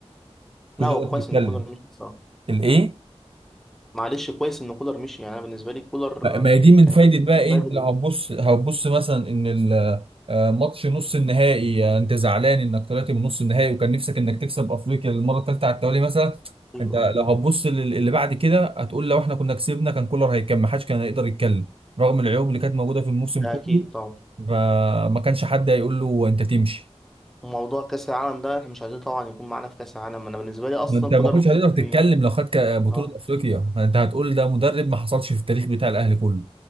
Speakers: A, in the centre; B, on the right.
A: لا
B: مش
A: هو
B: قادر
A: كويس
B: تتكلم
A: ان كولر مشي بصراحه
B: الايه
A: معلش كويس ان كولر مشي يعني انا بالنسبه لي كولر
B: ما ما هي دي من
A: كان
B: فايدة
A: لازم
B: بقى
A: يكون
B: ايه
A: بدري
B: انت لو هتبص هتبص مثلا ان ال- آه، ماتش نص النهائي آه، انت زعلان انك طلعت من نص النهائي وكان نفسك انك تكسب افريقيا للمرة الثالثة على التوالي مثلا
A: ايوه
B: انت لو هتبص لل- اللي بعد كده هتقول لو احنا كنا كسبنا كان كولر هيكمل ما حدش كان هيقدر يتكلم رغم العيوب اللي كانت موجودة في الموسم
A: ده
B: كله
A: اكيد طبعا
B: فما كانش حد هيقول له انت تمشي
A: وموضوع كاس العالم ده احنا مش عايزين طبعا يكون معانا في كاس العالم انا بالنسبه لي اصلا
B: ما انت ما
A: كولر
B: كنتش
A: المفروض
B: هتقدر تتكلم
A: كان ي-
B: لو خدت بطولة
A: اه
B: افريقيا انت هتقول ده مدرب ما حصلش في التاريخ بتاع الاهلي كله